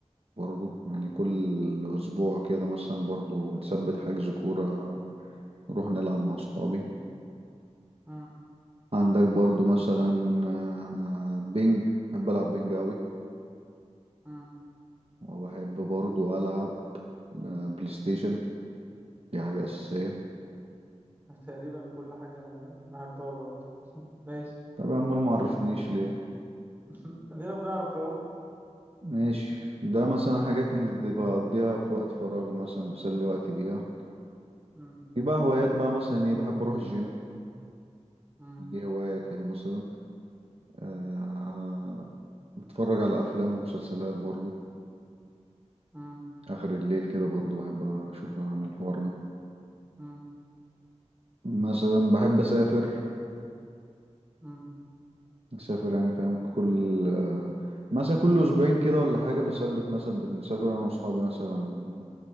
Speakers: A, on the right; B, on the right.
A: برضو يعني كل أسبوع كده مثلا برضو بنثبت حجز كورة نروح نلعب مع صحابي
B: مم.
A: عندك برضو مثلا آه، بينج بحب ألعب بينج أوي
B: مم.
A: وبحب برضو ألعب آه، بلاي ستيشن دي حاجة أساسية
B: تقريبا كل حاجة أنا بحبها برضه <laughs> ماشي
A: طب يا عم ما عرفتنيش ليه
B: <laughs> ادينا بنعرف اهو
A: ماشي ده مثلا حاجات اللي بقضيها في وقت فراغي مثلا بسلي وقتي بيها
B: مم.
A: يبقى هوايات بقى مثلا ايه بحب اروح الجيم
B: مم.
A: دي هواية كده مثلا أه بتفرج على افلام ومسلسلات برضو
B: مم.
A: اخر الليل كده برضو بحب اشوف اعمل الحوار ده
B: مم.
A: مثلا بحب اسافر
B: مم.
A: اسافر يعني فاهم كل آه، مثلا كل اسبوعين كده ولا حاجة بثبت مثلا بنسافر انا واصحابي مثلا